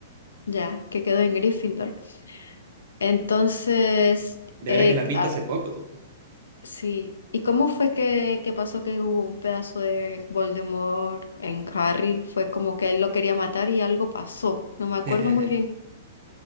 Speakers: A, on the left; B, on the right.
A: ya, que quedó en Gryffindor. Entonces,
B: De
A: eh,
B: veras que las viste
A: ah,
B: hace poco tú.
A: sí. ¿Y cómo fue que, que pasó que hubo un pedazo de Voldemort en Harry? Fue como que él lo quería matar y algo pasó. No me acuerdo
B: <laughs>
A: muy bien.